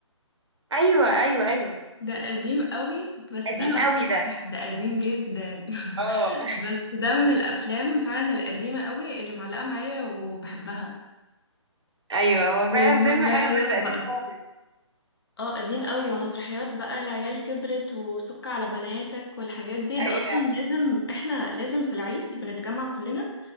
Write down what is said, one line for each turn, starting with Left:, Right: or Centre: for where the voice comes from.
Right: <laughs> ايوه ايوه ايوه
Left: ده قديم قوي بس
Right: قديم
Left: انا
Right: قوي ده
Left: بح- ده قديم جدا <laughs>
Right: اه
Left: بس ده من الافلام فعلا القديمه قوي اللي معلقه معايا وبحبها
Right: <laughs> ايوه هو
Left: ومسرحيات
Right: فعلا فيلم حلو بس قديم
Left: بقى
Right: خالص
Left: اه قديم قوي ومسرحيات بقى العيال كبرت وسك على بناتك والحاجات دي ده
Right: ايوه
Left: اصلا لازم احنا لازم في العيد بنتجمع كلنا